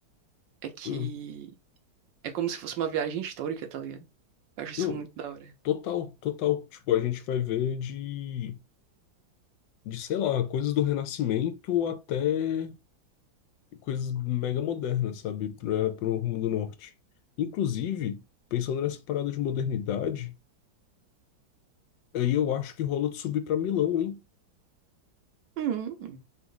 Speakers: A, on the right; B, on the left.
A: é que
B: Hum.
A: é como se fosse uma viagem histórica, tá ligado? Eu acho isso
B: Não,
A: muito da hora.
B: total, total. Tipo, a gente vai ver de. de, sei lá, coisas do Renascimento até coisas mega modernas, sabe, para o rumo do norte. Inclusive, pensando nessa parada de modernidade, aí eu acho que rola de subir para Milão, hein?
A: Hum,